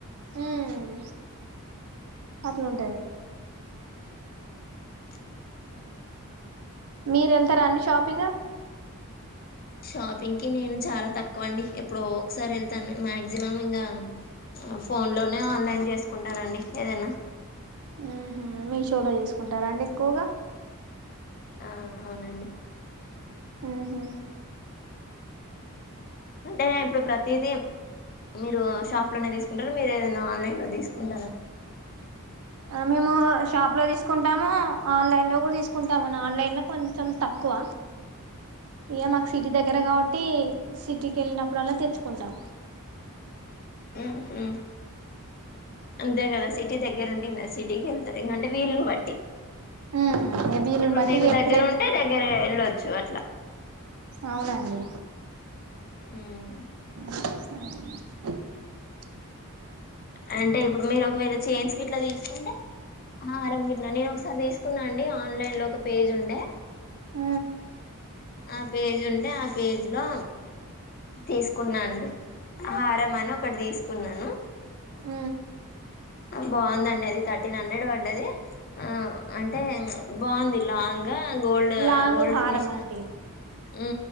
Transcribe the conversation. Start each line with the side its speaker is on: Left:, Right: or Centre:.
Right: ఉమ్ అట్లుంటది
Left: ఉమ్
Right: <inaudible> మీరు వెళ్తారా అండి షాపింగ్
Left: షాపింగ్ కి నేను చాలా తక్కువ అండి ఎప్పుడో ఒక్క సారి వెళ్తాను మాక్సిమం ఇంకా ఫోన్ లోనే ఆన్లైన్ చేసుకుంటానండి ఏదైనా
Right: ఊహూ మీషో లో చేసుకుంటారా అండి ఎక్కువగా
Left: ఆ అవునండి
Right: ఊహూ
Left: <unintelligible> అంటే అప్పుడు ప్ర తిదీ మీరు షాప్ లోనే తీసుకుంటారా మీరు ఏదైనా ఆన్లైన్ లో తీసుకుంటారా
Right: మేము షాప్ లో తీసుకుంటాము ఆన్లైన్లో కూడా తీసుకుంటాము <inaudible> ఆన్లైన్లో కొంచెం తక్కువ ఇక మాకు సిటీ దగ్గర కాబట్టి సిటీకి వెళ్ళినప్పుడల్లా తెచ్చుకుంటాం
Left: ఊహూ అంతే కదా సిటీ దగ్గర ఉంటే ఇంక సిటీకెళ్ తే యంగంటే వీలుని బట్టి
Right: ఉమ్ వీలుని
Left: ఇప్పుడు
Right: బట్టి
Left: మీకు
Right: ఎప్పుడే
Left: దగ్గర ఉంటే దగ్గర వెళ్ళొచ్చు అట్లా
Right: అవునండి
Left: ఊ
Right: ఆ
Left: అంటే ఇప్పుడు మీరు ఒకవేళ చేన్స్ కి ట్లా తీసుకుంటే హారం గిట్లా నేను ఒకసారి తీసుకున్నా అండి ఆన్లైన్ లో ఒక పేజ్ ఉండే
Right: ఆ
Left: ఆ పేజ్ ఉంటే ఆ పేజ్ లో తీసుకున్నా అండి హారం అని ఒకటి తీసుకు కున్నాను
Right: ఊ
Left: బావుందండి అది థర్టీన్ హండ్రెడ్ పడ్డది ఆ అంటే బాగుంది లాంగ్ గా గోల్డ్
Right: లాంగ్
Left: గోల్డ్
Right: హారం
Left: ఫినిష్ ఈ
Right: అండి
Left: ఊ